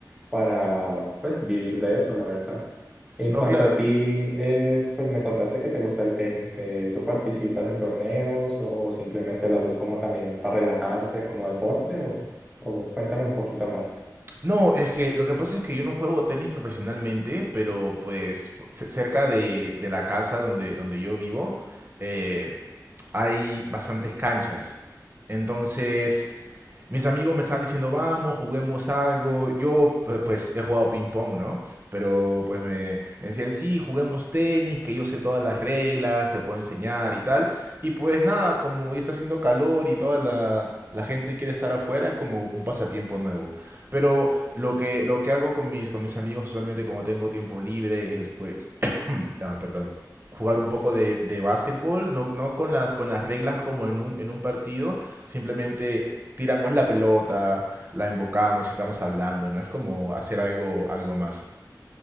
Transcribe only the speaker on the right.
No,
claro.
No, es que lo que pasa es que yo no juego tenis profesionalmente, pero pues p- ce- cerca de, de la casa donde, donde yo vivo eh, hay bastantes canchas. Entonces, Mis amigos me están diciendo, vamos, juguemos algo. Yo, pu- pues, he jugado ping-pong, ¿no? Pero, pues, me, me decían, sí, juguemos tenis, que yo sé todas las reglas, te puedo enseñar y tal. Y, pues, nada, como ya está haciendo calor y toda la, la gente quiere estar afuera, es como un pasatiempo nuevo. Pero lo que, lo que hago con mis, con mis amigos, usualmente, como tengo tiempo libre, es, pues, ah, perdón, jugar un poco de, de básquetbol, no, no con las, con las reglas como en un, en un partido, simplemente tiramos la pelota, la embocamos y estamos hablando, ¿no? Es como hacer algo, algo más.